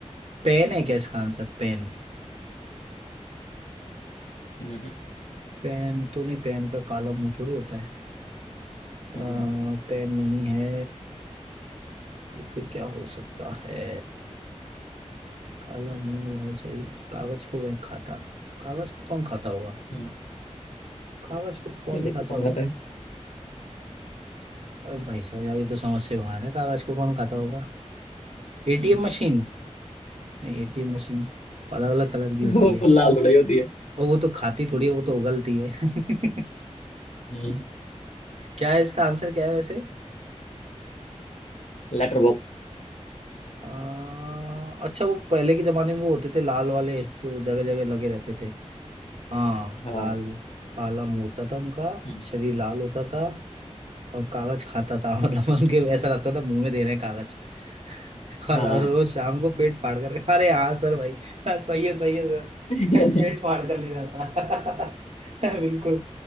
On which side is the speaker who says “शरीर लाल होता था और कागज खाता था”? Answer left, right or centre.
Right